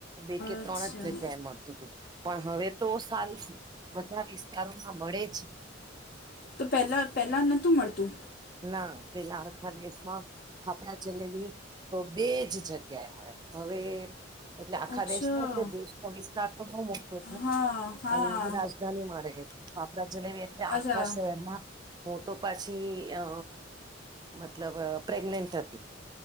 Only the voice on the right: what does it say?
બે કે
ત્રણ જ. મળતું હતું પણ હવે તો સારું છે. બધા વિસ્તારોમાં મળે છે‌
ના પેલા આખા દેશમાં ફાફડા જલેબી તો બે જગ્યાએ ક્યા મળે હવે એટલે આખા
દેશમાં એટલે દેશનો વિસ્તાર તો બહુ મોટો છે.
અને હવે રાજધાનીમા રેય ફાફડા જલેવી એટલે આખા
શહેરમાં હું તો પાછી અ મતલબ પ્રેગનેન્ટ હતી.